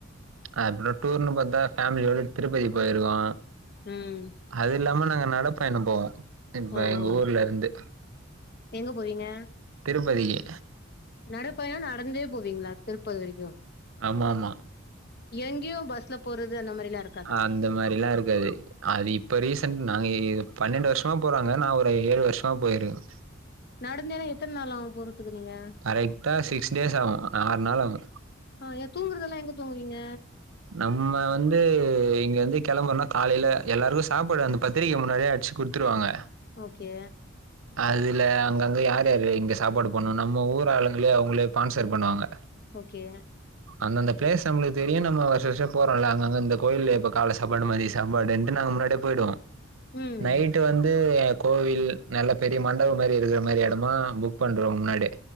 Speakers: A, on the right (about 80°); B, on the left (about 55°).
A: அப்றோ டூர்ன்னு பாத்தா ஃபேம்லியோட திருப்பதி போயிருக்கோ
B: ம்
A: அதில்லாம நாங்க நடப்பயணோ போவோ இப்ப
B: ஓ
A: எங்க
B: ஓ
A: ஊர்ல இருந்து
B: எங்க போவீங்க
A: திருப்பதிக்கி
B: நடப் பயணோ நடந்தே போவீங்ளா திருப்பதி வரைக்கு
A: ஆமா ஆமா
B: எங்கையு பஸ்ல போறது அந்த மாரில்லா இருக்
A: அந்த மாரில்லா இருக்காது அது இப்ப ரீசன்ட் நாங்க இது பன்னெண்டு வருஷமா போறாங்க நா ஒரு ஏழு வருஷமா போயிருக்கே
B: நடந்தேனா எத்தன நாள் ஆகு போறதுக் துக்கு நீங்க
A: கரெக்டா சிக்ஸ் டேஸ் ஆவு ஆறு நாள் ஆகு
B: ஆ ஏ தூங்குறதெல்லா எங்க தூங்குவீங்க
A: நம்ம வந்து இங்க வந்து கெளம்புர்னா காலையில எல்லாருக்கு சாப்பாடு அந்த பத்திரிக்கே முன்னாடியே அடிச்சு குடுத் துருவாங்க
B: ஓகே
A: அதுல அங்கங்க யார் யாரு இங்க சாப்பாடு பண்ணணு நம்ம ஊர் ஆளுங்களே அவுங்களே ஸ்பான்சர் பண்ணுவாங்க
B: ஓகே
A: அந்த அந்த ப்ளேஸ் நம்மளுக்கு தெரியு நம்ம வருஷ வருஷோ போறோல்ல அங்கங்க இந்த கோயில்ல எப்ப கால சாப்பாடு மதிய சாப்பாடுட்டு நாங்க முன்னாடியே போய்டுவோ
B: ம்
A: நைட்டு வந்து கோவில் நல்ல பெரிய மண்டவ மாரி இருக்குற மாரி எடமா புக் பண்றோ முன்னாடி